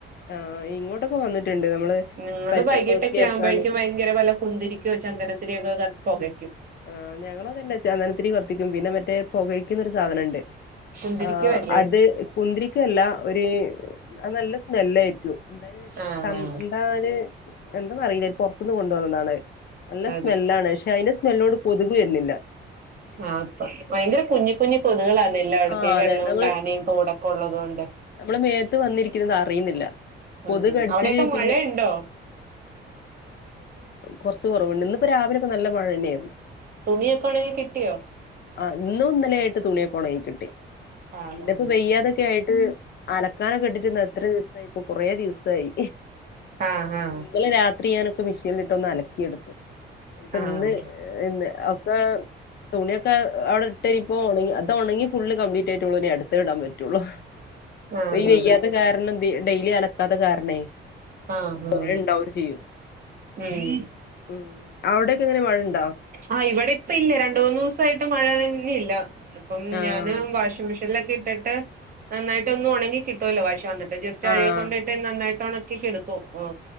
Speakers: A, on the left (about 55°); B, on the right (about 45°).
A: ആഹ് ഇങ്ങോട്ടൊക്കെ വന്നിട്ടുണ്ട് നമ്മള്
B: നിങ്ങള്
A: പരിസരം
B: വൈകിട്ടൊക്കെ
A: വൃത്തിയാക്കാണ്
B: ആവുമ്പോഴേക്കും ഭയങ്കര വല്ല കുന്തിരിക്കൊ ചന്ദന പൊകയ്ക്കും
A: ആ ഞങ്ങതന്നെ ചന്ദനത്തിരി കൊത്തിക്കും പിന്നെ മറ്റേ പുകഴയ്ക്കുന്നൊരു സാധനംണ്ട്
B: കുന്തിരിക്കോല്ലേ
A: ആ അത് കുന്തിരിക്കല്ല ഒരു നല്ല നെല്ലായിരിക്കു എന്തായല്
B: ആഹ് ആഹ്
A: എന്താന്നറിയില്ല പൊറത്തു നിന്ന് കൊണ്ട് വന്നതാണ് നല്ല സ്മെല്ലാണ്
B: അതെ
A: പക്ഷെ അതിന്റെ ല്ലോട് കൊതുക് വരന്നില്ല
B: ആ പ്പ ഭയങ്കര കുഞ്ഞ കുഞ്ഞി കൊതുകുകളല്ല എല്ല അവിടത്തെ
A: ആഹ്
B: ഈ
A: അതെ
B: വെള്ളവും
A: നമ്മള്
B: കാനയും തൂടൊക്കെ ഉള്ളത് കൊണ്ട്
A: നമ്മളെ മേത്ത് വന്നിരിക്കുന്നത് അറിയുന്നില്ല കൊതുക്
B: ഉം ഹ
A: കടിച്ചിട്ട്
B: അവിടെക്കെ
A: പിന്നെ
B: മഴയുണ്ടോ
A: കുറച്ച് കുറവുണ്ട് ഇപ്പ രാവില ഒെ നല്ല മഴ തന്നെയായിരുന്നു
B: തുണിയൊക്കെ ഉണെങ്കി കിട്ടിയോ
A: ആഹ് ഇന്നുംന്നലൊയിട്ട് തുണിയൊക്കെ ഒന്നങ്ങികിട്ടി
B: ആഹ്
A: പിന്നെ ഇപ്പോ വെയ്യാതൊക്കെ ആയിട്ട് അലക്കാനൊക്കെ ഇട്ടിട്ടിന്ന് എത്ര ദിവസമായിപ്പൊ കൊറെ ദിവസായി
B: ആഹ് ആഹ്
A: ന്നലെ രാത് തുണി ഞാനൊക്കെ മെഷീനല്ട്ട് ഒന്ന് അലക്കിയെടുത്തു പ്പൊ
B: ആഹ്
A: ഇന്ന് ന്നെ ഒക്കെ തുണിയൊക്കെ അവിടെ ഇട്ടരിപ്പ ഉണി അത് ഉണങ്ങി ഫുള് കംപ്ലീറ്റ് ആയിട്ടേള്ളൂ അടുത്തെ ഇടാൻ പറ്റുള്ളു.
B: ആഹ് ആഹ്
A: വെയ്
B: ആഹ്
A: വെയ്യാത്ത
B: ആഹ്
A: കാരണം ഡെയ്ലി അല ത് കാരണെ
B: ആഹ് ആഹ്
A: കുറെ ഉണ്ടാവുകയും ചെയ്യും.
B: ഉം
A: മ്മ് അവിടൊക്കെ എങ്ങനെ മഴ ഉണ്
B: ആഹ് ഇവിടെ ഇപ്പ ഇല്ല, രണ്ടുമൂന്ന് ദിവസായി ട്ട് മഴ തന്നെയില്ല. ഇപ്പം
A: ആഹ്
B: ഞാന് വാഷിംഗ് മിഷീ ടിലൊക്കെ ഇട്ടിട്ട് നന്നായിട്ടൊന്ന് ഉണങ്ങി കിട്ടുവല്ലോ വാഷ് വന്ന് ജസ്റ്റ്
A: ആഹ്
B: അഴയെ കൊണ്ടിട്ട് നന്നായി ട്ടൊണക്കി ക്കിട്ട് എടുക്കും ഓ